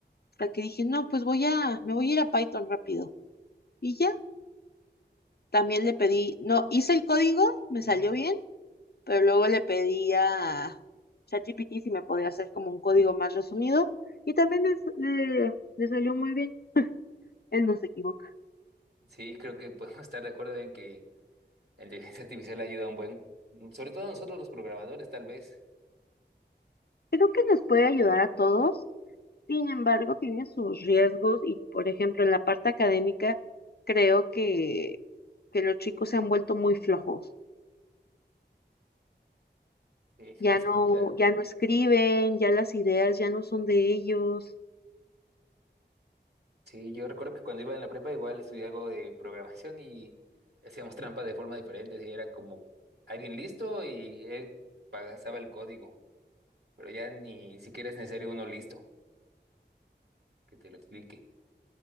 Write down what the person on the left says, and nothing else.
Hasta que dije, no, pues voy a, me voy a ir a Python rápido. Y ya, también le pedí, no, hice el código, me salió bien, pero luego le pedí a ChatGPT si me podía hacer como un código más resumido y también le, le le salió muy bien. Él no se equivocó.
Creo que nos puede ayudar a todos, sin embargo, tiene sus riesgos y, por ejemplo, en la parte académica, creo que, que los chicos se han vuelto muy flojos.
Ya
no,
ya no escriben, ya las ideas ya no son de ellos.